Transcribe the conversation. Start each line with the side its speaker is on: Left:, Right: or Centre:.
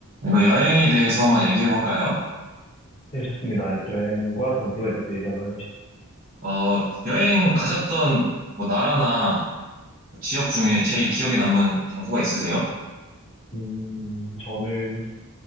Right: 이거 여행에 대해서 한번 얘기해 볼까요?
Left: 네, 좋습니다. 여행과 장소에 대해서 얘기 한번 해보시죠
Right: 어, 여행 가셨던 뭐 나라나 지역 중에 제일 기억에 남는 장소가 있으세요?
Left: 음, 저는